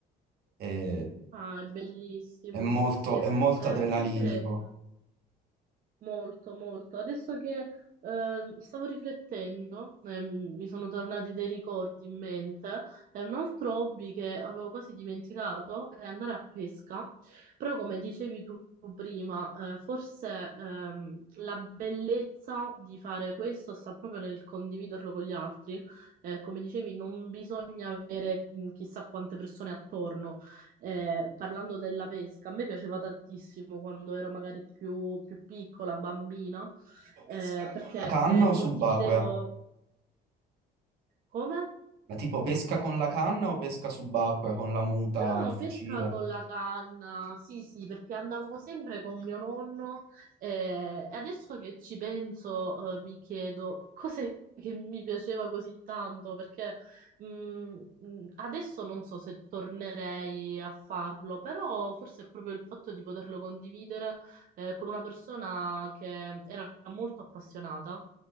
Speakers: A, on the right; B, on the right.
A: e
B: Ah, è bellissimo,
A: è molto,
B: sì, sì. Eh,
A: è molto
B: mi
A: adrenalinico.
B: piacerebbe. Molto, molto. Adesso che eh, stavo riflettendo, eh, mi sono tornati dei ricordi in mente. È un altro hobby che avevo quasi dimenticato, è andare a pesca. Però, come dicevi tu prima, eh, forse ehm, la bellezza di fare questo sta proprio nel condividerlo con gli altri. Eh, come dicevi, non bisogna avere mh, chissà quante persone attorno eh, parlando della pesca, a me piaceva tantissimo quando ero magari più, più piccola, bambina,
A: Tipo
B: eh,
A: pesca
B: perché
A: con la canna
B: eh,
A: o
B: condividevo
A: subacquea?
B: come?
A: Ma tipo pesca con la canna o pesca subacquea con la muta,
B: No, no,
A: il fucile?
B: pesca con la canna, sì, sì, perché andavo sempre con mio nonno eh, e adesso che ci penso eh, mi chiedo cos'è che mi piaceva così tanto, perché mh, mh, adesso non so se tornerei a farlo, però forse è proprio il fatto di poterlo condividere eh, con una persona che era molto appassionata.